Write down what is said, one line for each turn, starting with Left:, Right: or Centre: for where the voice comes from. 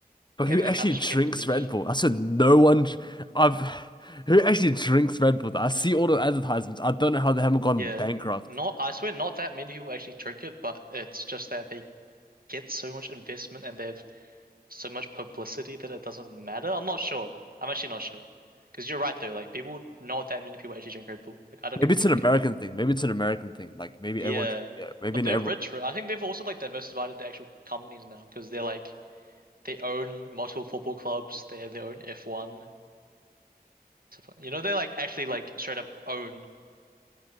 Left: But
Right: And
Left: who
Right: then
Left: actually
Right: it kind of
Left: drinks
Right: just became the niche.
Left: Red Bull? I said no one. i I've who actually drinks Red Bull? I see all the advertisements. I don't know how they haven't gone
Right: Yeah.
Left: bankrupt.
Right: Not, I swear, not that many people actually drink it, but it's just that they get so much investment and they have so much publicity that it doesn't matter. I'm not sure. I'm actually not sure. Because you're right though, like people, not that many people actually drink Red Bull. Like I don't
Left: Maybe
Right: even
Left: it's
Right: drink
Left: an American
Right: it.
Left: thing. Maybe it's an American thing. Like maybe
Right: Yeah,
Left: everyone. drink- Yeah. Maybe
Right: but
Left: in
Right: they're
Left: everyone.
Right: rich, right? I think they've also like diversified into actual companies now because they're like they own multiple football clubs. They have their own F1. stuff like- You know, they like actually like straight up own